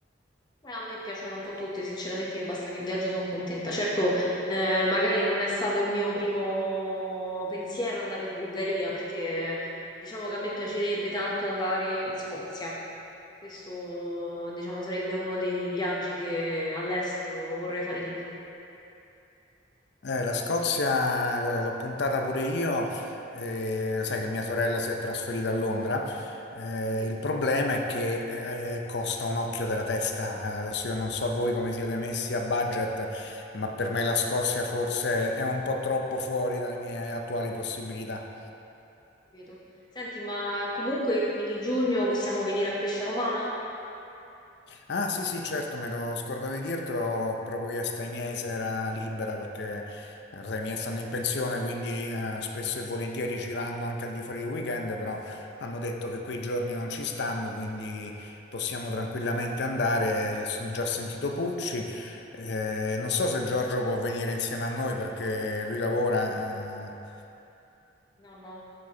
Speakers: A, on the left (about 25°); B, on the left (about 60°).
A: Eh, a me piacciono un po' tutti, sinceramente io basta che viaggio sono contenta. Certo, eh, magari non è stato il mio primo pensiero andare in Bulgaria, perché diciamo che a me piacerebbe tanto andare in Scozia. Questo, diciamo, sarebbe uno dei viaggi che all'estero vorrei fare di più.
B: Eh, la Scozia, guarda, l'ho puntata pure io, eh, sai che mia sorella si è trasferita a Londra, eh,
A: Sì,
B: il problema è che eh, costa un occhio della testa, Eh, adesso io non so voi come siete messi a budget, ma per me la Scozia forse è un po' troppo fuori dalle mie attuali possibilità.
A: capito. Senti, ma comunque i primi di giugno possiamo venire a Pescia Romana?
B: Ah sì sì certo, me lo scordavo di dirtelo, proprio chiesto ai miei se era libera perché eh, lo sai, i miei stanno in pensione quindi eh, spesso e volentieri ci vanno anche al di fuori del weekend, però hanno detto che quei giorni non ci stanno, quindi possiamo tranquillamente andare. Io ho già sentito Pucci, eh, non so se Giorgio può venire insieme a noi perché lui lavora. eh,
A: No, no.